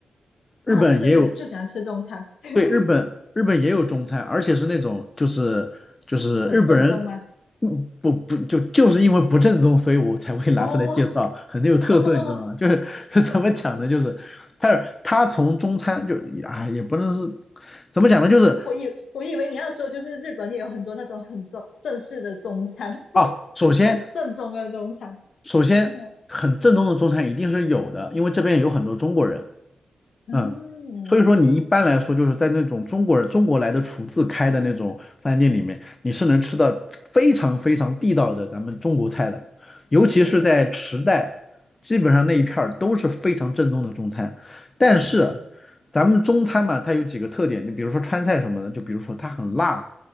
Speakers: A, on the left; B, on the left.
A: 日本也有
B: 啊，对对对，就喜欢吃中餐，<laughs>
A: 对，日本日本也有中餐，而且是那种就是就是日本人，
B: 很正宗吗？
A: 嗯，不不就就是因为不正宗，所以我才会拿出来介绍，
B: 哦，
A: 很有特色，
B: <laughs>
A: 你知道吗？就是 <laughs> 就怎么讲呢？就是他他从中餐就啊也不能是怎么讲呢？就是
B: 我以我以为你要说就是日本也有很多那种很正正式的中餐，
A: 啊，
B: <laughs>
A: 首先
B: 很正宗的中餐，
A: 首先很正宗的中餐一定是有的，
B: 嗯
A: 因为这边有很多中国人，
B: 嗯
A: 嗯。所以说你一般来说就是在那种中国人中国来的厨子开的那种饭店里面，你是能吃到非常非常地道的咱们中国菜的，尤其是在池袋，
B: 哦
A: 基本上那一片儿都是非常正宗的中餐。但是
B: 哦
A: 咱们中餐嘛，它有几个特点，就比如说川菜什么的，就比如说它很辣，